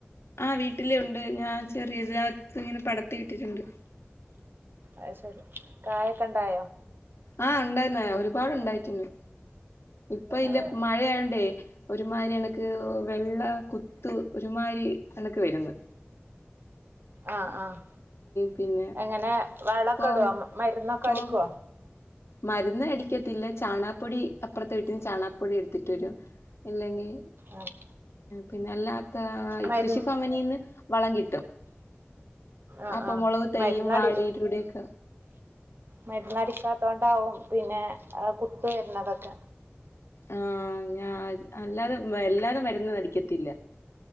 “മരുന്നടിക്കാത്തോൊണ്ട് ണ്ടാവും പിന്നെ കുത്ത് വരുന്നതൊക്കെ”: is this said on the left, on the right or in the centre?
Right